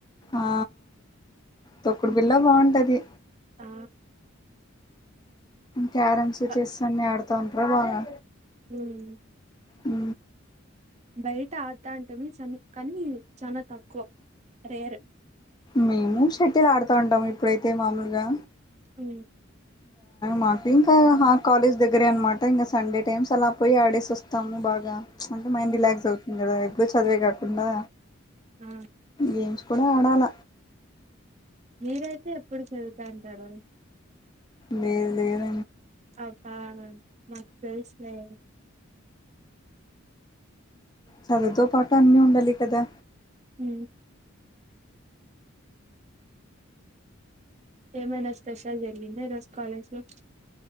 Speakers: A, on the left; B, on the right.
A: ఆ తొక్కుడు పిల్ల బాగుంటది
B: ఆ
A: క్యారెమ్స్
B: ఆ,
A: చెస్ అన్ని ఆడుతా ఉంటార బాగా
B: ఉమ్,
A: అ
B: బయట ఆడతాంటమే చని కానీ చాలా తక్కువ రేర్
A: మేము షటి్యల్ ఆడుతా ఉంటాము ఇప్పుడైతే మామూలుగా
B: ఉ
A: మాకు ఇంకా కాలేజ్ దగ్గరే అనమాట ఇంకా సండే టైమ్స్ అలా పోయి ఆడేసి వస్తాము బాగా అంటే మైండ్ రిలాక్స్ అవుతుంది కదా ఎ్డో చదివే కాకుండా
B: ఆ
A: ఇంేం ప్పు ఆడాల
B: మీరైతే ఎప్పుడు చదువుతా అంటారు
A: లేేరు వేర
B: పాబా మాకు చ ఇసులే
A: చదుతో పాటు అన్నీ ఉండాలి కదా
B: హ ఏమైనా స్పెషల్ జరిగింద రోజ కాలేజ్ లో